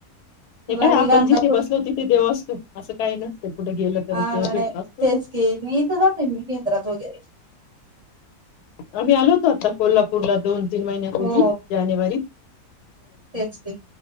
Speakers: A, on the left (about 85°); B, on the right (about 30°).
A: ते काय
B: बाकी
A: आपण
B: गाणगापूर
A: जिथे बसलो तिथे देव असतो असं काही नसतं कुठे गेलं तर
B: हा
A: देव
B: ना नाही
A: भेटत असतो.
B: तेच की मी इथं जाते मी केंद्रात वगैरे
A: आम्ही आलो होतो आता कोल्हापूर ला दोन तीन महिन्यापुर्वी
B: हो
A: जानेवारी <inaudible>
B: तेच की